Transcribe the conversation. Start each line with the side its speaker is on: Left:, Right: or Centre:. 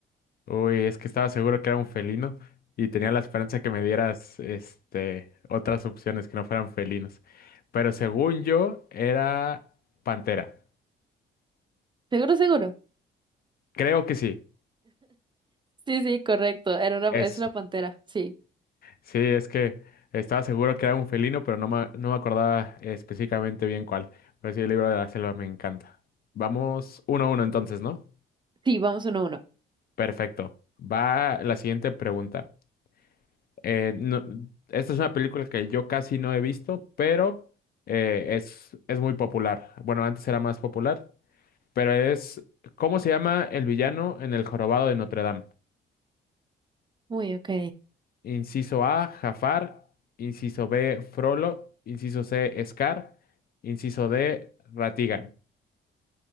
Left: Uy, es que estaba seguro que era un felino y tenía la esperanza que me dieras este, otras opciones que no fueran felinos. Pero según yo, era pantera.
Right: Seguro, seguro.
Left: Creo que sí,
Right: Sí, sí, correcto. Era una,
Left: es.
Right: es una pantera. Sí.
Left: Sí, es que estaba seguro que era un felino, pero no me, no me acordaba específicamente bien cuál. Pero sí, el libro de la selva me encanta. Vamos uno a uno entonces, ¿no?
Right: Sí, vamos uno a uno.
Left: Perfecto. Va la siguiente pregunta. Eh, no- esta es una película que yo casi no he visto, pero eh, es, es muy popular. Bueno, antes era más popular, pero es, ¿cómo se llama el villano en El Jorobado de Notre Dame?
Right: Uy, ok.
Left: Inciso A, Jafar. Inciso B, Frollo. Inciso C, Scar. Inciso D, Ratigan.